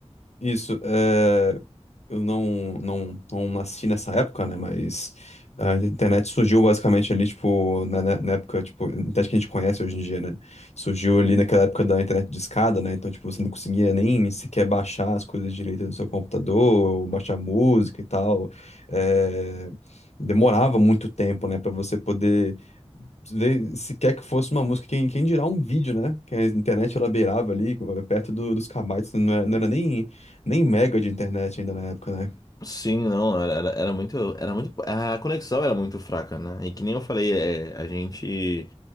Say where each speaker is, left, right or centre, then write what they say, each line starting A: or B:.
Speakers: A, on the left; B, on the left.
A: Isso, é, eu não, não, não nasci nessa época, né? Mas a internet surgiu basicamente ali, tipo, na, na- na época, tipo, a internet que a gente conhece hoje em dia, né? Surgiu ali naquela época da internet de escada né? Então, tipo, você não conseguia nem sequer baixar as coisas direito no seu computador, ou baixar música e tal. É, demorava muito tempo, né, pra você poder ver sequer que fosse uma música, quem, quem dirá um vídeo, né? Que a internet ela beirava ali, perto do- dos kbytes, não era, não era nem. Nem mega de internet ainda na época, né?
B: Sim, não, era, era era muito, era muito, a conexão era muito fraca, né? E que nem eu falei, é, a gente